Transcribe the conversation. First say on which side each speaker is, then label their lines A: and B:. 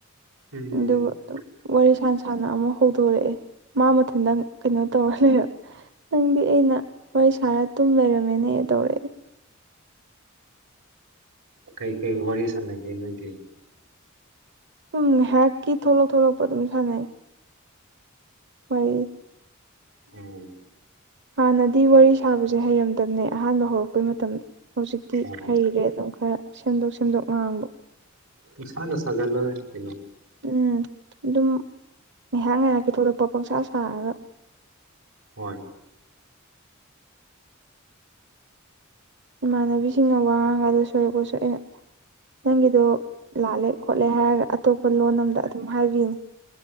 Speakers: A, on the right (about 85°); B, on the right (about 60°).
A: ꯎꯝ
B: ꯑꯗꯨꯒ ꯑꯗꯨꯝ ꯋꯥꯔꯤ ꯁꯥꯟꯅ ꯁꯥꯟꯅ ꯑꯃ ꯍꯧꯗꯣꯔꯛꯑꯦ ꯃꯥ ꯃꯊꯤꯟꯇꯪ ꯀꯩꯅꯣ ꯇꯧꯔ ꯂꯩꯔꯦ ꯅꯪꯗꯤ ꯑꯩꯅ ꯋꯥꯔꯤ ꯁꯥꯔ ꯇꯨꯝ ꯂꯩꯔꯝꯃꯦꯅꯦ ꯇꯧꯔꯛꯑꯦ
A: ꯀꯩꯀꯩ ꯋꯥꯔꯤ ꯁꯥꯟꯅꯒꯦ ꯅꯣꯏꯗꯤ
B: ꯁꯝ ꯉꯥꯏꯍꯥꯛꯀꯤ ꯊꯣꯛꯂꯛ ꯊꯣꯛꯂꯛꯄ ꯑꯗꯨꯝ ꯁꯥꯟꯅꯩ ꯍꯔꯦ
A: ꯎꯝ
B: ꯍꯥꯟꯅꯗꯤ ꯋꯥꯔꯤ ꯁꯥꯕꯁꯦ ꯍꯩꯔꯝꯗꯕꯅꯦ ꯑꯍꯥꯟꯕ ꯍꯧꯔꯛꯄꯩ ꯃꯇꯝꯗꯣ ꯍꯧꯖꯤꯛꯇꯤ
A: ꯎꯝ
B: ꯍꯩꯔꯦ ꯑꯗꯨꯝ ꯈꯔ ꯁꯦꯝꯗꯣꯛ ꯁꯦꯝꯗꯣꯛ ꯉꯥꯡꯕ
A: ꯄꯨꯡ ꯁꯅꯁ ꯍꯖꯔ ꯂꯩꯅꯣ
B: ꯎꯝ ꯑꯗꯨꯝ ꯉꯥꯏꯍꯥꯛ ꯉꯥꯏꯍꯥꯛꯀꯤ ꯊꯣꯛꯂꯛꯄ ꯄꯪꯁꯥ ꯁꯥꯔꯒ
A: ꯍꯣꯏ
B: ꯏꯃꯥꯟꯅꯕꯤꯁꯤꯡꯅ ꯋꯥ ꯉꯥꯡꯒꯗ ꯁꯣꯏꯔꯛꯄꯁꯨ ꯑꯩꯅ ꯅꯪꯒꯤꯗꯣ ꯂꯥꯛꯂꯦ ꯈꯣꯠꯂꯦ ꯍꯥꯏꯔꯒ ꯑꯇꯣꯞꯄ ꯂꯣꯟ ꯑꯃꯝꯗ ꯑꯗꯨꯝ ꯍꯥꯏꯕꯤꯅꯤ